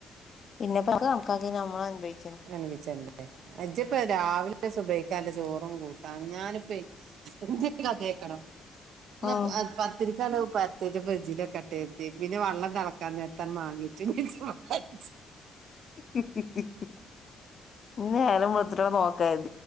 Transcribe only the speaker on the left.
പിന്നെപ്പക്ക് കണക്കാക്കി ഞ്ഞമ്മളനുഭവി
ഉം
ഹി ഹി ഹി നേരം വെളത്തിട്ടെങ്ങാ നോക്കാ